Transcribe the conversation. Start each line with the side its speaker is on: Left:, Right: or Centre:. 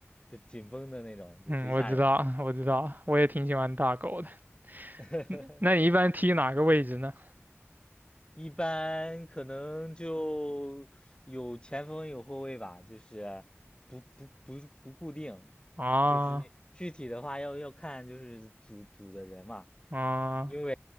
Left: 就紧绷的那种，就贼吓人。
Right: 嗯，我知道我知道，我也挺喜欢大狗的。
Left: <laughs>
Right: 嗯那你一般踢哪个位置呢？
Left: 一般可能就有前锋有后卫吧，就是不不不不固定，
Right: 啊
Left: 就是你具体的话要要看就是组组的人嘛，
Right: 啊。
Left: 因为